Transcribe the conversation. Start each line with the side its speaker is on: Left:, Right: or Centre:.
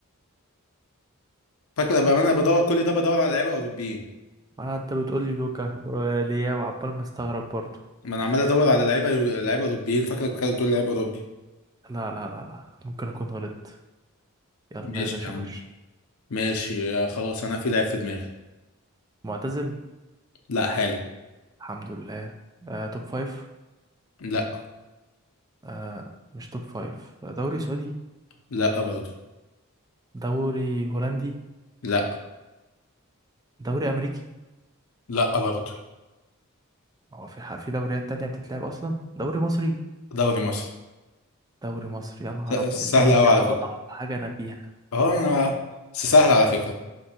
Left: فاكره بقى ما انا بدور كل ده بدور على لعيبه اوروبيين
Right: ما انت بتقول لي لوكا وريا وعبال مستغرب برضو
Left: ما انا عمال ادور على لعيبه لعيبه اوروبيين فاكرك كده بتقول لعيب اوروبي
Right: لا لا لا لا ممكن اكون غلطت يلا
Left: ماشي
Right: يا باشا
Left: يا عم
Right: خش
Left: ماشي يا خلاص انا في لعيب في دماغي
Right: معتزل
Left: لا حالي
Right: الحمد لله آه توب فايف
Left: لا
Right: آه مش توب فايف دوري سعودي
Left: لا برضه
Right: دوري هولندي
Left: لا
Right: دوري امريكي
Left: لا برضه
Right: هو في ح- في دوريات تانية بتتلعب اصلا دوري مصري
Left: دوري مصر
Right: دوري مصري يا نهار
Left: س-
Right: ابيض انت
Left: سهل
Right: جيت
Left: قوي
Right: لي على
Left: على فكره
Right: اضعف حاجه انا فيها
Left: اه انا بس سهل على فكره